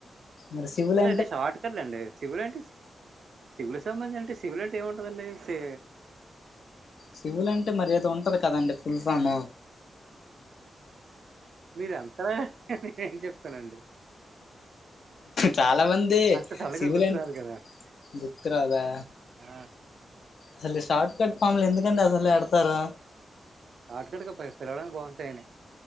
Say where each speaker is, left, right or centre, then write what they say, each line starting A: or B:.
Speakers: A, on the left (about 70°); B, on the right (about 65°).
A: మరి సివిల్
B: అంటే అండి షార్ట్ దండి సివిల్ అంటే సివిల్ సంబంధించిన అంటే సివిల్ అంటే ఏముంటుందండి సి
A: సివిల్ అంటే మరి ఏదో ఉంటది కదండి ఫుల్ ఫాము
B: మీరాన్ నేను చెప్తానండి
A: చాలా మంది
B: అంత సడన్గా
A: సివిల్
B: గుర్తురాదు
A: అం
B: కదా
A: గుర్తు రాదా
B: ఆ
A: అసలు ఈ షార్ట్ కట్ ఫామ్లు ఎందుకండి అసలు ఎడతారు
B: ఆటకడక పిలవడం బాగుంటాయని